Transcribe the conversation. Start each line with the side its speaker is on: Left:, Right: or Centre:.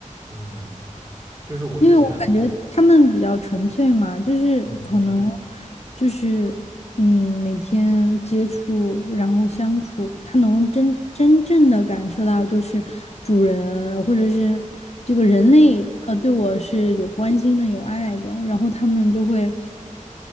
Right: 嗯，就是我之前
Left: 因为我感觉他们比较纯粹嘛，就是可能
Right: 嗯。
Left: 就是嗯，每天接触，然后相处，他能真真正的感受到，就是主人或者是这个人类，呃，对我是有关心的、有爱的，然后他们就会。